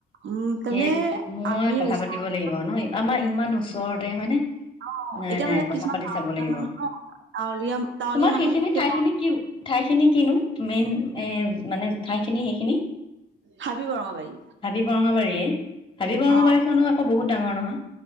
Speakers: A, on the right (about 70°); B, on the left (about 25°).
A: উম তাৰমানে
B: সেই মই
A: আমি
B: কথা
A: ওচৰত
B: পাতিব লাগিব ন আমাৰ ইমান ইমান ওচৰতে হয়নে
A: অ
B: নাই
A: এতিয়া
B: নাই
A: মানে
B: কথা
A: কিছুমান
B: পাতি
A: গাঁৱলীয়া
B: চাব লাগিব
A: মানুহ ন গাঁৱলীয়া টাউনীয়া
B: তোমাৰ সেইখিনি
A: মানুহ সেই
B: ঠাই খিনি কি ঠাইখিনি কিনো মেইন এ মানে ঠাইখিনি সেইখিনি
A: হাবি বৰঙাবাৰী
B: হাবি বৰঙাবাৰীয়ে হাবি বৰঙাবাৰী
A: অ
B: খনো আকৌ বহুত ডাঙৰ নহয়